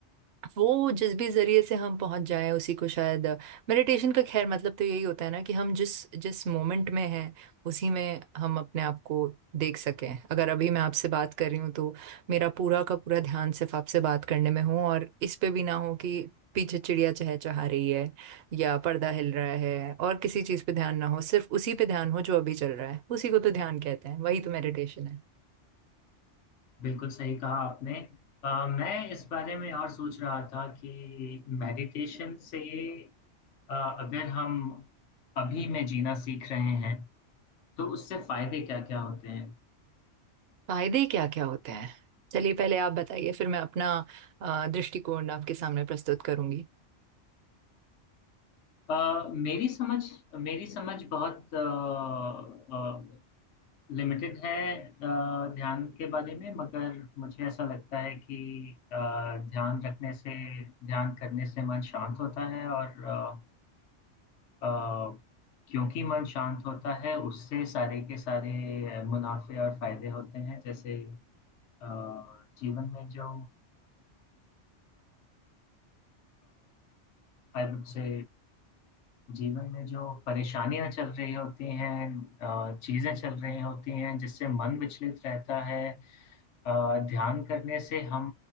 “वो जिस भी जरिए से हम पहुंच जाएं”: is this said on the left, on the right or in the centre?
Right